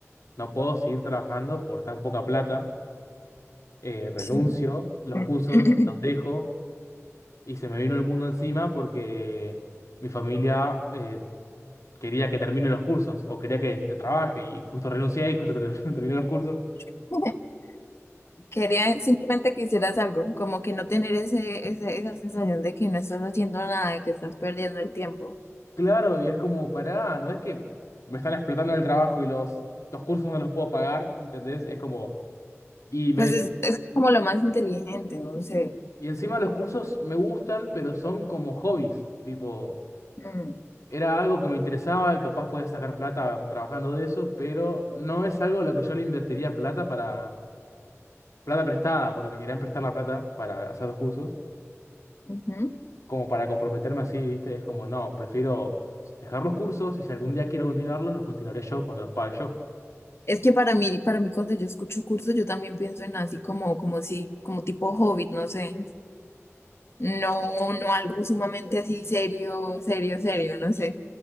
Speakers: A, on the left; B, on the left.
A: no puedo seguir trabajando por tan poca plata, eh, renuncio,
B: Sí.
A: los cursos
B: <laughs>
A: los dejo y se me vino el mundo encima porque mi familia eh, quería que termine los cursos o quería que este, trabaje y justo renuncié y justo ter- <laughs> terminé los cursos.
B: <clears throat> Quería simplemente que hicieras algo, como que no tener ese, ese- esa sensación de que no estás haciendo nada, de que estás perdiendo el tiempo.
A: Claro, y es como, pará, no es que me están explotando en el trabajo y los, los cursos no los puedo pagar, ¿entendés? Es como, y me
B: Pues
A: dice-
B: es, es como lo más inteligente, no sé.
A: y encima los cursos me gustan, pero son como hobbies, tipo,
B: Mm,
A: era algo que me interesaba y capaz podía sacar plata trabajando de eso, pero no es algo a lo que yo le invertiría plata para plata prestada, porque me querían prestar la plata para hacer los cursos,
B: ujú.
A: como para comprometerme así, ¿viste? Es como, no, prefiero dejar los cursos y si algún día quiero continuarlos, los continuaré yo cuando los pague yo.
B: Es que para mí, para mí cuando yo escucho cursos, yo también pienso en así como, como si, como tipo hobbit, no sé. No, no algo sumamente así serio, serio, serio, no sé.